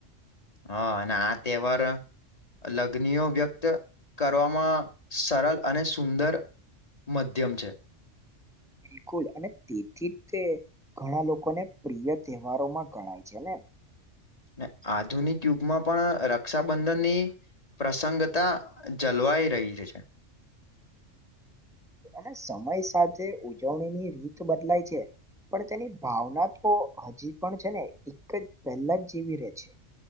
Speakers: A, on the left (about 30°); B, in the centre.
A: હ અને આ તહેવાર લગણીઓ વ્યક્ત કરવામાં સરળ અને સુંદર મધ્યમ છે.
B: બિલકુલ. અને તેથી તે ઘણા લોકોને પ્રિય તહેવારોમાં ગણાય છે ને.
A: ને આધુનિક યુગમાં પણ રક્ષાબંધનની પ્રસંગતા જલવાઈ રહી લી છે.
B: અને સમય સાથે ઉજવણી ની રીત બદલાય છે. પણ તેની ભાવના તો હજી પણ છે ને એક જ પહેલા જ જવી રે છે.